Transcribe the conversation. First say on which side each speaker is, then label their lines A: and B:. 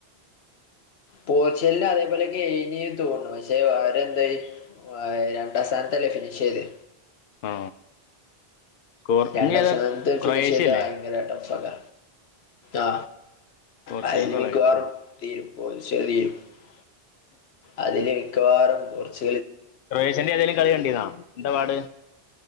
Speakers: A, on the left (about 80°); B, on the left (about 60°).
A: പോർച്ച്ഗലിന്റെ അതേപോലെക്കെ എഴുതിയെന്ന് തോന്നു പക്ഷെ വേറെന്തായി. ആ രണ്ടാം സ്ഥാനത്തല്ലേ ഫിനിഷ് ചെയ്ത്.
B: ആ കോർ
A: രണ്ടാം
B: ഇനി ഏതാ
A: സ്ഥാനത്ത് ഫിനിഷ്
B: ക്രൊയേഷ്യ
A: ചെയ്ത
B: അല്ലേ
A: ഭയങ്കര ടഫ് ആ.
B: പോർച്ചുഗലും
A: അതില്
B: ക്രൊയേഷ്യ
A: മിക്കവാറും തീരും. <unintelligible> അതില് മിക്കവാറും കുറച്ച്
B: ക്രൊഷ്യന്റെ ഏതെലും കളി കണ്ടിന്നാ. എന്താ പാട്